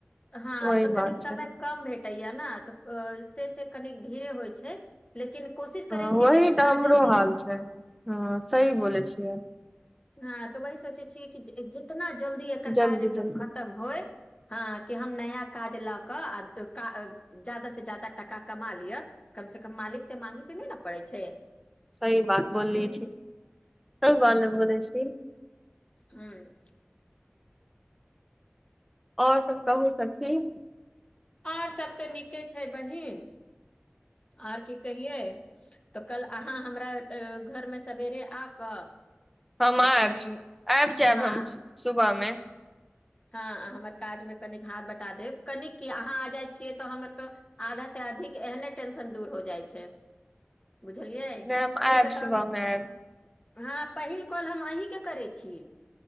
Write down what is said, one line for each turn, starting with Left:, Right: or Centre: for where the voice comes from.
Left: हँ
Centre: वही
Left: तऽ कनिक
Centre: बात
Left: समय
Centre: छै
Left: कम भेट कटैय न तऽ से से कनी धीरे होइ छै लेकिन कोशिश
Centre: हँ
Left: करै छी
Centre: वही
Left: कि तना
Centre: तऽ हमरो
Left: जल्दी
Centre: हाल
Left: ह
Centre: छै हँ सही बोलै छियै
Left: ह तऽ वही सोचै छियै कि जितना जल्दी एकर
Centre: जल्दी
Left: काज
Centre: जल्दी
Left: खतम होय हँ कि हम नया काज लऽ कऽ आ जादा से जादा टाका कमा लिअ कम से कम मालिक से मागेके नहि न पड़ै छै
Centre: सही बात बोलली
Left: ह
Centre: छी स बात बोल छी
Left: ह्म
Centre: आओर सभ कहू सखी
Left: आओर सभ तऽ नीके छै बहिन आओर की कहियै तऽ कल अहाँ हमरा घरमे सवेरे आ कऽ
Centre: हम आयब
Left: आ तनि
Centre: आबि जायब
Left: हँ
Centre: हम सुबह मे
Left: हँ हमर काजमे कनिक हाथ बँटा देब, कनिक कि अहाँ आ जाइ छियै तऽ हमर त आधाँ अधिक एहने टेंशन दूर हो जाइ छै बुझलियै
Centre: नहि हम
Left: से
Centre: आयब
Left: से तऽ
Centre: सुबह
Left: हम
Centre: मे आयब
Left: ह पहिल कॉल हम अहिके करै छी,